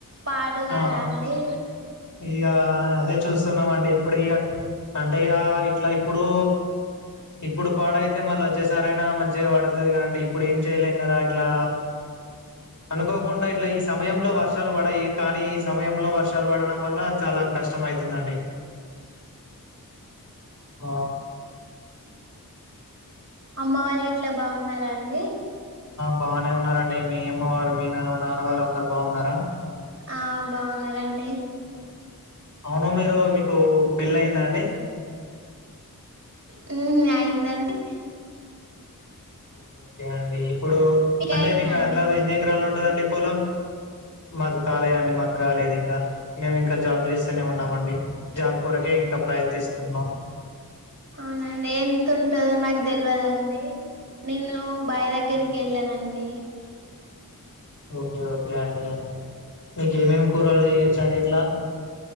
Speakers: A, on the right; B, on the left.
A: పాడు కాదండి
B: ఆ ఇగ అదే చూస్తున్నాం అండి ఇప్పుడుక అంటే ఇక ఇట్లా ఇప్పుడు ఇప్పుడు పాడయితే మళ్ళీ వచ్చేసరయినా మంచిగా పడుతుంది కదండి ఇప్పుడు ఏం చేయలేం కదా ఇట్లా అనుకోకుండా ఇట్లా ఈ సమయంలో వర్షాలు పడ కానీ ఈ సమయంలో వర్షాలు పడడం వల్ల చాలా కష్టం అవుతుందండి ఆ
A: అమ్మ వాళ్ళకి ఇట్లా బాగున్నారా అండి
B: బాగానే ఉన్నారంండి మీ అమ్మవారు మీ నాన్న వాళ్ళు అందరు బాగున్నారా
A: ఆ బాగున్నారా ఆండీ
B: ఆ, అవును మీరు మీకు పెళ్లిి అయిందా అండి
A: హమ్ అయింది
B: ఓకే అండి ఇప్పుడు అంటే
A: అయిందండి
B: మీకు ఆన్ దాసు
A: ఇప్పుడు
B: ఎన్ని ఎకరాలు ఉంటదండి పాలం మాకు కాలేదండి మాకు ఇంకా లేదు ఇంకా మేము ఇంకా జాబ్ చేస్తేనే ఉన్నామండి జాబ్ కొరకే ఇంకా ప్రయత్నిస్తున్నాం
A: అవుండి ఎంత ఉంటుందో నాకు తెలియదండి నేను బయి దగ్గరికి
B: ఆహా.
A: వెళ్ళానండి
B: ఓకే ఓకే అండి నీకు ఏమేమి కూరలు చేయొచ్చండి ఇంట్ల